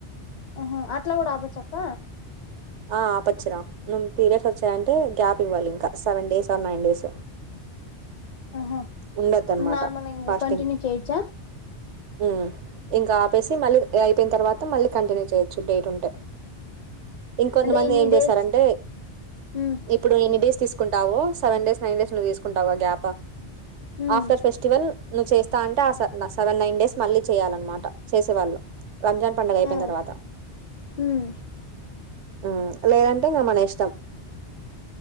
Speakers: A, on the left; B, on the right.
A: ఆహ అట్లా కూడా ఆపొచ్చక్క
B: ఆ ఆపోచ్చురా నువ్ పీరియడ్స్ వచ్చాయంటే గ్యాప్ ఇవ్వాలి ఇంకా seven days or nine days
A: ఆహా
B: ఉండొద్దు అనమాట
A: నార్మల్ ఇంకా
B: ఫాస్టింగ్
A: కంటిన్యూ చేయోచ్చా
B: ఉమ్ ఇంకా ఆపేసి మళ్ళీ అయిపోయిన తర్వాత మళ్ళీ కంటిన్యూ చేయొచ్చు డేట్ ఉంటే ఇంకొంతమంది
A: అంటే ఇన్ని
B: ఏం
A: డేస్
B: చేస్తారంటే
A: ఉమ్
B: ఇప్పుడు నేను డేస్ తీసుకుని ఉంటావు సెవేన్ డేస్ నైన్ డేస్ నువ్వు తీసుకుంటావుగా గ్యాప్ఆ
A: ఉమ్
B: ఆఫ్టర్ ఫెస్టివల్ నువ్వు చేస్తా అంటే ఆ సేవ్ సెవెన్ నైన్ డేస్ మళ్ళీ చేయాలన్నమాట చేసేవాళ్ళు రంజాన్ పడుగ అయిపోయిన
A: ఆ
B: తర్వాత
A: ఉమ్
B: ఉమ్ లేదంటే ఇంకా మన ఇష్టం